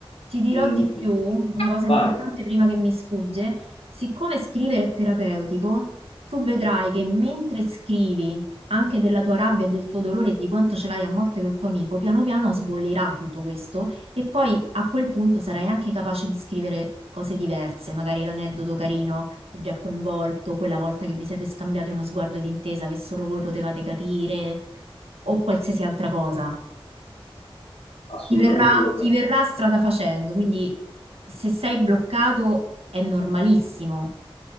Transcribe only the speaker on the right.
ti dirò
di
più, una cosa
importante prima che mi sfugge, siccome scrivere è terapeutico, tu vedrai che mentre scrivi anche della tua rabbia e del tuo dolore e di quanto ce l'hai a morte col tuo amico, piano piano sbollirà tutto questo e poi a quel punto sarai anche capace di scrivere cose diverse, magari l'aneddoto carino che vi ha coinvolto, quella volta che vi siete scambiati uno sguardo d'intesa che solo voi potevate capire o qualsiasi altra cosa.
ti verrà,
ti verrà strada facendo, quindi se sei bloccato è normalissimo,